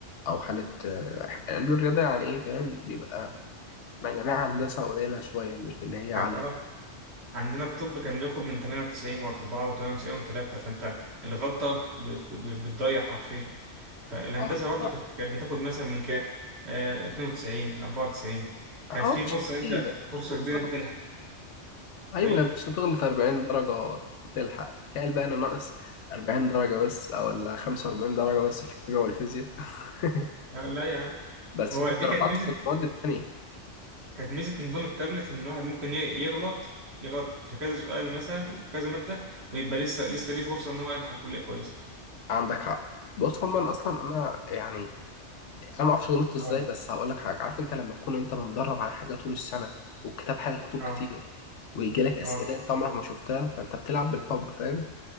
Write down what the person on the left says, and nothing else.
أو حالة آه، علم الرياضة يعني إيه فاهم بيبقى مجاميع هندسة قليلة شوية مش اللي هي عالية
اه عندك
حق.
آه،
مش كتير
بالظبط
أيوة
بس تغلط 40 درجة تلحق تخيل بقى أنا ناقص 40 درجة بس أو ولا 45 درجة بس في الكيمياء والفيزياء <laughs>
بس
كنت
رفعت
في المواد التانية
عندك حق بص هما أنا أصلا أنا يعني انا ما اعرفش غلطت ازاي
بس هقول لك حاجه عارف انت لما تكون انت متدرب على حاجه طول السنه والكتاب حاجه كتب
كتير ويجي لك اسئله
انت عمرك ما شفتها فانت بتلعب بالحب فاهم